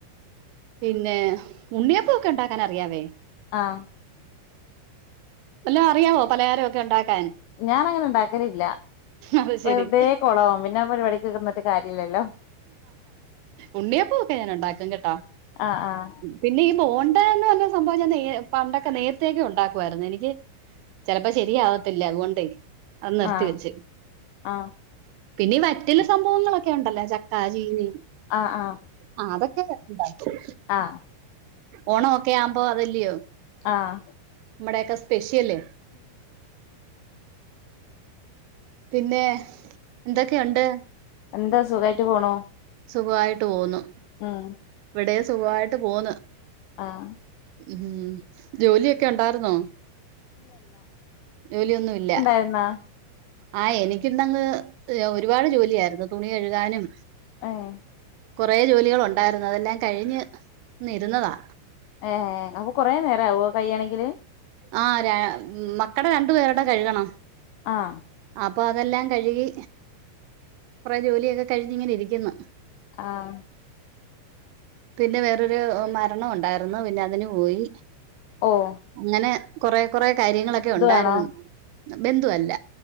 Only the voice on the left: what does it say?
ആഹ്
ഞാൻ അങ്ങനെ ഇണ്ടാക്കലില്ല
വെറുതെ കൊളാവും പിന്നെ ആ പരിപാടിക്ക് നിന്നിട്ട് കാര്യല്ലല്ലോ
ആഹ് ആഹ്
ആഹ്
ആഹ്
ആഹ് ആഹ്
ആഹ്
ആഹ്
എന്താ സുഖായിട്ട് പോണു
ഉം
ആഹ്
എന്നാ
ഏഹ്
ഏഹ് അപ്പൊ കൊറേ നേരം ആവോ കയ്യണെങ്കില്
ആഹ്
ആഹ്
ഓഹ്
ആണോ